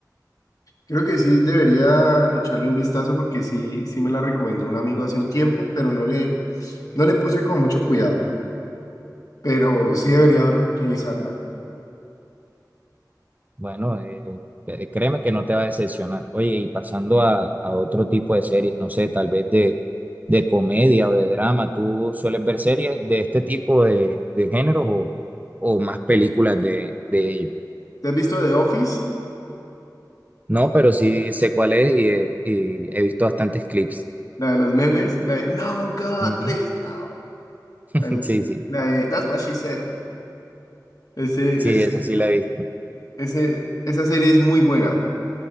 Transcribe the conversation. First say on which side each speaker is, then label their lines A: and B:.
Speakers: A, on the left; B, on the right.
A: Creo que sí debería echarle un vistazo porque sí, sí me la recomendó un amigo hace un tiempo, pero no le, no le puse con mucho cuidado, pero sí debería re- revisarla.
B: Bueno, eh, eh, créeme que no te va a decepcionar. Oye, y pasando a, a otro tipo de series, no sé, tal vez de, de comedia o de drama, ¿tú sueles ver series de este tipo de, de géneros o, o más películas de, de ellos?
A: ¿Te has visto The Office?
B: No, pero sí sé cuál es y he y he visto bastantes clips.
A: La de los memes, la de No, God,
B: Ujú,
A: please, no.
B: <laughs>
A: El-
B: Sí, sí,
A: la de That's what she said. Ese,
B: sí,
A: es,
B: esa sí la he visto.
A: ese, esa serie es muy buena.